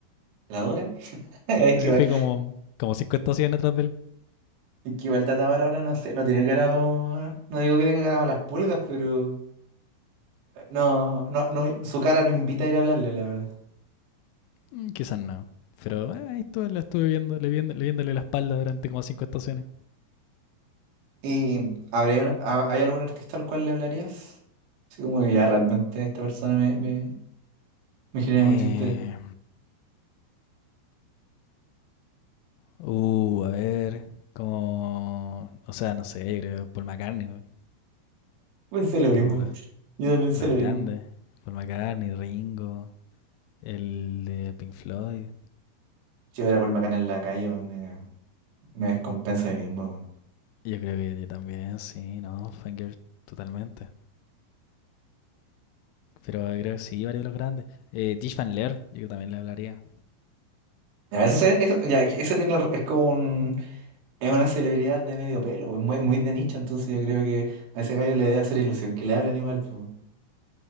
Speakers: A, on the right; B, on the left.
A: ¿La Dora? <laughs> Es
B: Sí, me
A: que igual,
B: fui como, como cinco estaciones atrás de él.
A: es que igual Tatamar ahora no sé, no tiene cara. No digo que tenga cara a las pulgas, pero. eh, No, no, no, su cara no invita a ir a hablarle, la verdad.
B: Mm, Quizás no. Pero eh, ahí estuve, lo estuve viendo, le viendo, le viéndole la espalda durante como cinco estaciones.
A: ¿Y habría- ha- hay algún artista al cual le hablarías? Así como que ya realmente esta persona me, me, me genera
B: Eh,
A: mucho interés.
B: uh, a ver, como, o sea, no sé, creo, Paul McCartney, weón.
A: Pensé lo mismo.
B: como lo-
A: Yo también pensé
B: los
A: lo
B: grandes.
A: mismo.
B: Paul McCartney, Ringo, el de Pink Floyd.
A: Si hubiera Paul Macana en la calle, weón, me, me descompenso de mí mismo. weón.
B: Yo creo que yo también, sí, no, Fangirl, totalmente. Pero creo que sí, varios de los grandes. Eh, Dish Van Leer, yo también le hablaría.
A: Ya, eso, se- eso, ya, que ese tiene, es como un, Es una celebridad de medio pelo, es muy, muy de nicho, entonces yo creo que a ese gallo le debe hacer ilusión que le hablen igual, po.